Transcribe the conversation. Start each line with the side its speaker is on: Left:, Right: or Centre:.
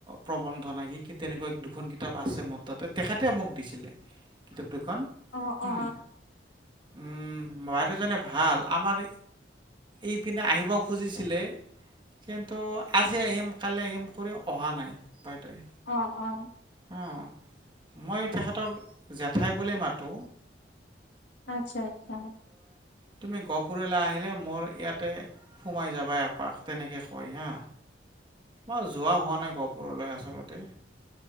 Right: প্ৰবন্ধ নাকি তেনেকুৱা দুখন কিতাপ আছে মোৰ তাতে। তেখেতে মোক দিছিলে কিতাপ। দুখন
Left: অ
Right: উম
Left: অ
Right: উম বাইদেউজনে ভাল আমাৰ। ইপিনে আহিব খুজিছিলে কিন্তু আজি আহিম কালি আহিম কৰি অহা নাই বাইদেউ।
Left: অ অ
Right: অ মই তেখেতক জেঠাই বুলিয়ে মাতো।
Left: আচ্ছা আচ্ছা।
Right: তুমি গহপুৰলৈ আহিলে মোৰ ইয়াতে। সোমাই যাবা একপাক তেনেকে কয় হা মৰ যোৱা হোৱা নাই গহপুৰলৈ আচলতে